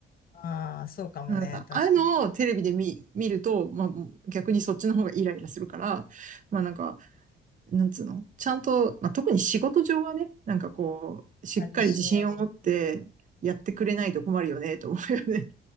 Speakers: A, on the left; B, on the right.
A: ああ、そうかもね。
B: うんああいうのをテレビで見、
A: 確かに。
B: 見ると、まあ、逆にそっちの方がイライラするから、まあなんか、なんつうの、ちゃんと、まあ特に仕事上はね、なんかこう、しっかり自信を持ってやってくれないと困るよね、
A: まあ、自信はもう。
B: と思うよね。